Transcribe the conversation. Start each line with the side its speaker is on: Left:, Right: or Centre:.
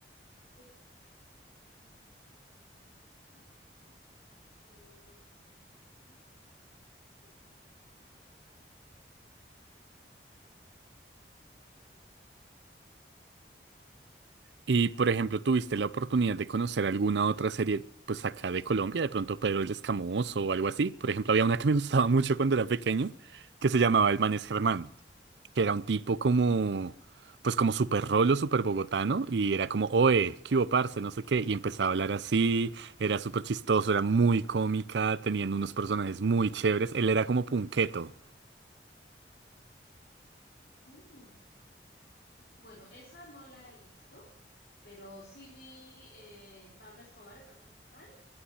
Left: He visto médicos de familia que le dan, "Oh, tenía que haber tomado", decía, ¿no?
Right: Y por ejemplo, ¿tuviste la oportunidad de conocer alguna otra serie, pues acá de Colombia, de pronto Pedro el Escamoso o algo así? Por ejemplo, había una que me gustaba mucho cuando era pequeño, que se llamaba El Man es Germán. que era un tipo como, pues como súper rolo, súper bogotano, y era como, oe, qué hubo, parce, no sé qué, y empezaba a hablar así, era súper chistoso, era muy cómica, tenían unos personajes muy chéveres, él era como punqueto.
Left: Mm. Bueno, esa no la he visto, pero sí vi eh, Pablo Escobar, El Patrón del Mal,